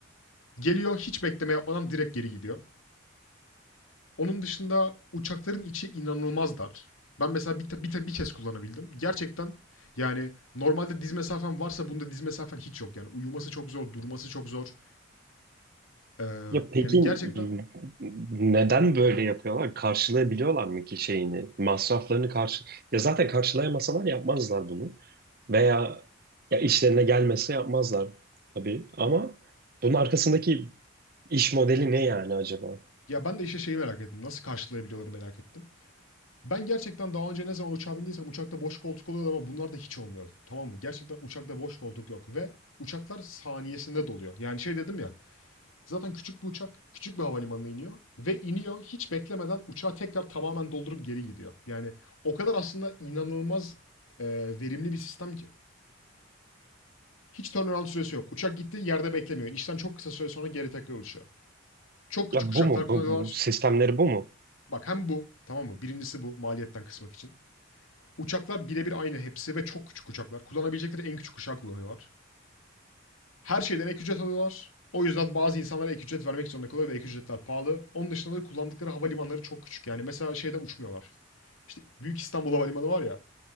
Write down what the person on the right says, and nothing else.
Ya peki
n- neden böyle yapıyorlar? Karşılayabiliyorlar mı ki şeyini? Masraflarını karşı... Ya zaten karşılayamasalar yapmazlar bunu. Veya ya işlerine gelmese yapmazlar tabii. Ama bunun arkasındaki iş modeli ne yani acaba?
Ya
bu mu?
Bu, bu sistemleri bu mu?